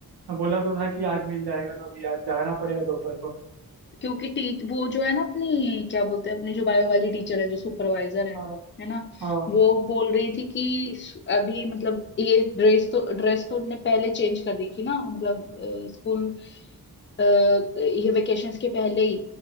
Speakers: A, on the right (about 90°); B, on the left (about 30°).
A: बोला तो था कि आज मिल जाएगा तो अभी आज जाना पड़ेगा दोपहर को
B: क्योंकि टी वो जो है ना अपनी क्या बोलते हैं अपनी जो बायो वाली टीचर है जो सुपरवाइजर है
A: हाँ
B: है ना
A: हाँ
B: वो बोल रही थी कि श- अभी मतलब ये ड्रेस तो ड्रेस तो उनने पहले चेंज कर दी थी ना मतलब अ, ये वेकेशंस के पहले ही